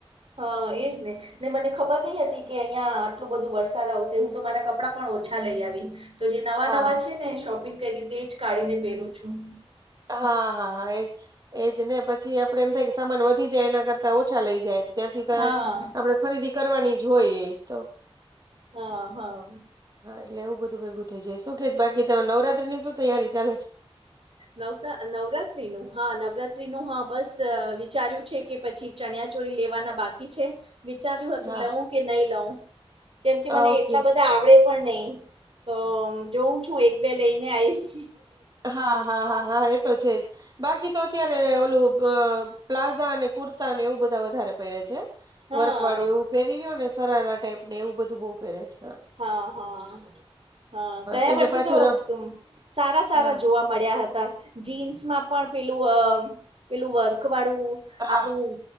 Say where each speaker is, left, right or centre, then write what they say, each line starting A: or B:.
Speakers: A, on the right; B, on the right.
A: હા એજ ને ને મને ખબર નઈ હતી કે અહિયાં આટલું બધું વરસાદ આવશે હું તો મારા કપડાં પણ ઓછા લઈ આવી તો જે નવા
B: હા
A: નવા છે ને શોપિંગ કરી તે જ કાઢીને પહેરું છું
B: હા હા હા એજ એજ ને પછી આપડે એમ થાય કે સામાન વધી જાય એના કરતાં ઓછા લઇ જાય ત્યાંથી તો
A: હા
B: આપડે ખરીદી કરવાની જ હોય એ તો
A: હા હા
B: હા એટલે એવું બધું ભેગું થઈ જાય શું કે બાકી તમે નવરાત્રી ની શું તૈયારી ચાલે છે
A: નવ નવરાત્રી નું હા નવરાત્રી નું હા બસ વિચાર્યું છે કે પછી ચણ્યા ચોરી લેવાના બાકી છે વિચાર્યું હતું
B: હા
A: લવું કે નહી લઉ કેમ કે
B: આ
A: મને
B: ઓકે
A: એટલા બધા આવડે પણ નહી તો જોઉં છું એક બે લઈને આઈશ
B: હા હા હા હા એ તો છે જ બાકી તો અત્યારે ઓલું પ્લા ા કુર્તા ને એવું બધા વધારે પહેરે છે
A: હા
B: વર્ક વાળું એવું પહેરી્યો ને સરરાારા ટાઈપ ને એવું બધું બઉુ પહેરે છે
A: હા હા હા ગયા
B: કેમ
A: વર્ષે
B: કે પાછો
A: તો
B: ર
A: સારા સારા
B: હા
A: જોવા મળ્યા હતા. જીન્સ માં પણ પેલું અ પેલું વર્ક વાળું
B: હા
A: આપણું